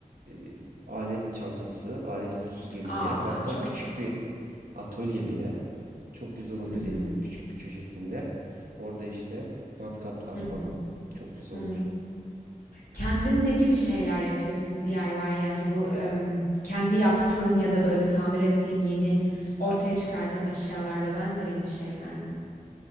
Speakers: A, on the right; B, on the left.
A: eee, alet çantası, alet kutusu gibi
B: Aa,
A: bir yer. Hatta
B: çok
A: küçük
B: tatlı.
A: bir atölye bile çok güzel olabilir
B: Hı hı,
A: evimin küçük bir köşesinde. Orada işte matkaplar
B: hı
A: falan
B: hı,
A: çok güzel
B: hı.
A: olur.
B: Kendin ne gibi şeyler yapıyorsun DIY yani bu em, kendi yaptığın ya da böyle tamir ettiğin yeni ortaya çıkardığın eşyalar ve benzeri gibi şeyler mi?